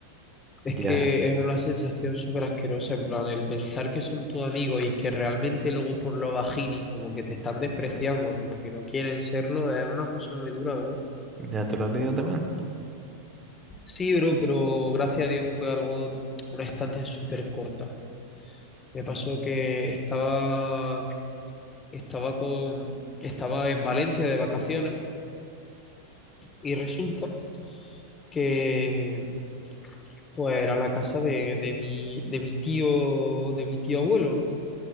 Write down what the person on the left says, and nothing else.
Es
que es una sensación súper asquerosa, en plan, el pensar que son tu amigo y que realmente luego por lo bajini como que te están despreciando, como que no quieren serlo, es una cosa muy dura, bro.
Sí, bro, pero gracias a Dios fue algo, una estancia súper corta. Me pasó que estaba, estaba con, estaba en Valencia de vacaciones y resulta que, pues, era la casa de, de mi, de mi tío, de mi tío abuelo, ¿no?